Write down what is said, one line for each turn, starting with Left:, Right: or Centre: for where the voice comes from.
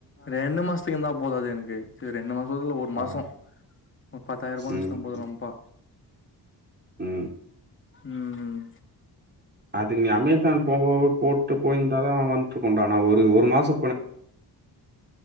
Left: ரெண்டு மாஸ்திகி இருந்தா போதாது எனக்கு ரெண்டு மாசத்துல ஒரு மாசோ
Right: ஆ
Left: ஒரு பத்தாயிர ரூபா வச்சிட்டா
Right: ம்
Left: போத லம்ப்பா
Right: ம்
Left: ம் ம்
Right: அதுக்கு நீ அமேசான் போ போட்டு போயிருந்தாலு வந்துருக்குண்டா நா ஒரு ஒரு மாசோ